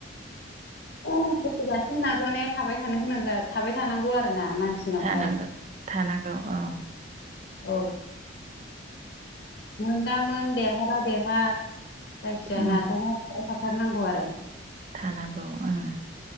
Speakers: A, on the left; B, on the right.
A: <unintelligible> नाजानाया थाबाय थानो गोनां जा-थाबाय थानांगौ आरो। ना मानसिनावहाय।
B: थानांगौ थानांगौ औ
A: औ मोनदामोन देरहाबा देरहा जायखिजाया
B: उम
A: नाजानाय। थाथार नांगौ आरो।
B: थानांगौ ओं।